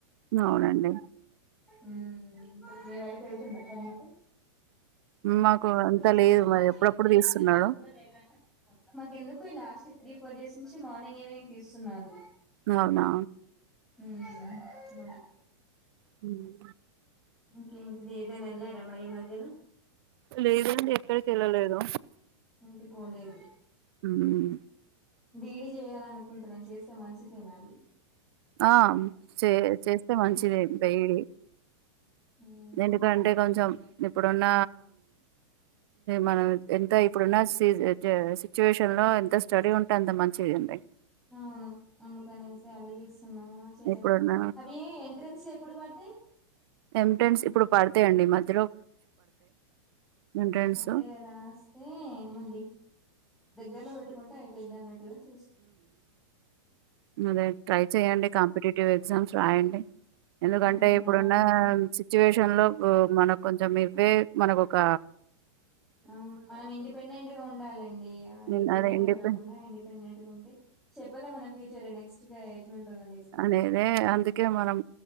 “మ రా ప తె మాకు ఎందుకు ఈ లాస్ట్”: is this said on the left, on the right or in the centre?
Centre